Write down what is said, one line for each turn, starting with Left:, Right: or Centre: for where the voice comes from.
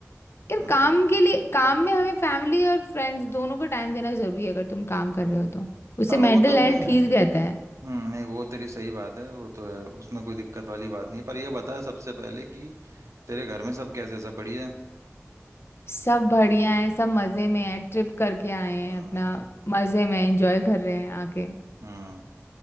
Left: यार
Right: हम्म
Left: काम के लिए काम में हमें फैमिली और फ्रेंड्स दोनों को टाइम देना जरूरी है अगर तुम काम कर रहे हो तो उससे
Right: हाँ वो
Left: मेंटल
Right: तो
Left: हेल्थ
Right: है
Left: ठीक रहता है
Right: हम्म नहीं वो तेरी सही बात है वो तो है उसमें कोई दिक्कत वाली बात नहीं पर ये बता सबसे पहले कि तेरे घर में सब कैसे सब बढ़िया है
Left: सब बढ़िया है सब मज़े में है ट्रिप करके आए हैं
Right: हम्म
Left: अपना मज़े में एंजॉय कर रहे हैं आके
Right: हम्म